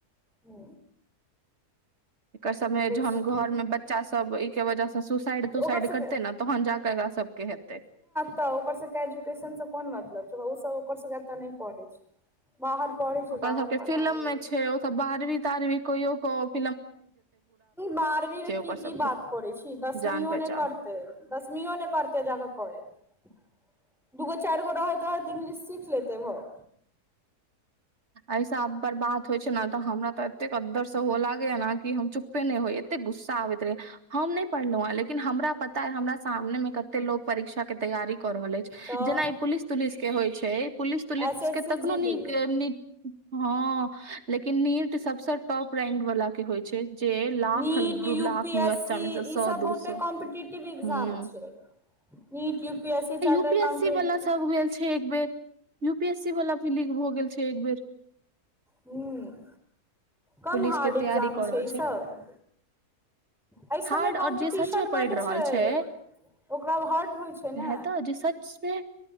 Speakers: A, in the centre; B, on the right.
A: हू
B: एकर सबमे जहन
A: छै
B: घर में बच्चा सब ऐके वजह सँ सुसाइड तुसाइड
A: ओकर सबके
B: करते ने तहन जा कऽ एकरा सब के हेतै।
A: तऽ ओकर सभके एजुकेशनसँ कोन मतलब छै ओ सब ओकर सभके एतय नहि पढ़ै छै। बाहर पडै़ छै
B: ओकरा
A: बाहर
B: सबके
A: पढ़ा
B: फिल्म
A: रहल
B: मे
A: छै।
B: ओ सब बारबी तारबी कहियो कऽ।
A: बारहवींमे की
B: ओकर
A: की
B: सबके
A: बात करै छी दसमीयो
B: जान पहचान
A: नै करतै। दसमियो नहि करतै जाकऽ कहैत दूगो चारि गो रहैत रहै तऽ इंग्लिश सीख लेतै भ गेल।
B: ऐइसा आब बरबाद होइ छै ने तऽ हमरा तऽ एतेक अद्दर सँ होअ लागेया ने कि हम चुप्पे नै होय एते गुस्सा आबैत रहे। हम नै पढ़लहुं हेँ लेकिन हमरा पता ऐ हमरा सामने मे कते लोक परीक्षा के तैयारी कऽ रहल अछि।
A: तऽ
B: जेना ई पुलिस तुलिस के होइ छै पुलिस तुलिस
A: एस एस
B: के
A: सी
B: तखनो
A: जी
B: नीक
A: डी
B: नी हाँ लेकिन नीट सबसँ टॉप रैंक वला के होइ छै जे लाख
A: नीट
B: दू
A: U
B: lakh
A: P
B: बच्चामे
A: S C
B: से सौ
A: ई सब
B: दू
A: बहुते
B: सौ
A: कॉम्पिटेटिव एग्जाम
B: हुँ।
A: छै NEET U P S C charter
B: UP
A: accountant
B: SC वला सब भेल छै एक बेेर। यूपी एस सी वला भी लीक भऽ गेल छै। एक बेर
A: हुं। कम
B: पुलिस
A: हार्ड
B: के
A: एग्जाम
B: तैयारी कऽ
A: छै
B: रहल
A: ईसभ। ऐ सभमे
B: हार्ड
A: कॉम्पिटिशन
B: आओर जे सच मे
A: बड
B: पढ़ि रहल
A: छैय।
B: छै
A: ओकरा अब हर्ट होइ छै ने।
B: है तऽ जे सच मे